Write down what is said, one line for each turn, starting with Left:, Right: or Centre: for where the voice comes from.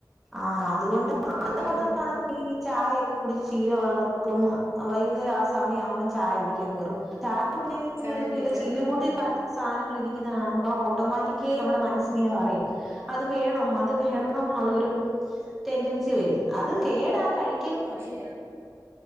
Centre: ആ അതുകൊണ്ട് <inaudible>
Right: ആ ആ
Centre: ഈ ചായയൊക്കെ കുടിച്ച് ശീലമുള്ളവർക്കും വൈകുന്നേരം ആ സമയ ആവുമ്പം ചായ കുടിക്കാൻ കേറും ചാ <unintelligible>
Right: ചായ കുടിക്കാൻ
Centre: ചില്ലുകൂട്ടി
Right: കേറും
Centre: പല സാധനൾ ഇരിക്കുന്ന കാണുമ്പ ഓട്ടോമാറ്റിക് നമ്മുടെ മനസ്സിങ്ങനെ പറയും അത് വേണം അത് വേണം എന്നുള്ളരു ടെൻഡൻസി വരും അത് കേടാ കഴി
Right: പക്ഷെ